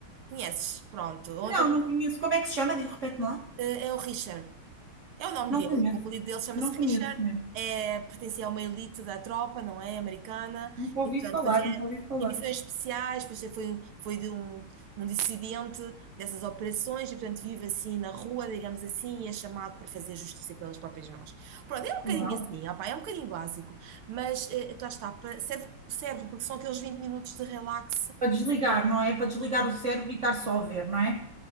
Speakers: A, on the right; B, on the right.
A: conheces, pronto, ontem,
B: Não, não conheço. Como é que se chama? Diz, repete lá.
A: ah, é o Richard. É o nome
B: Não
A: dele,
B: conheço.
A: o apelido dele chama-se
B: Não
A: Richard,
B: conheço mesmo.
A: é, pertencia a uma elite da tropa, não é? Americana,
B: Nunca ouvi
A: e portanto
B: falar,
A: fazia
B: nunca ouvi falar.
A: emissões especiais, depois foi, um- foi de um, um dissidente dessas operações, e portanto vive assim na rua, digamos assim, e é chamado para fazer justiça pelas próprias mãos. Pronto, é um bocadinho
B: Uau.
A: assim, opá, é um bocadinho básico, mas eh, lá está, pa- serve, serve porque são aqueles 20 minutos de relax.
B: Para desligar, não é? Para desligar o cérebro e estar só a ver, não é?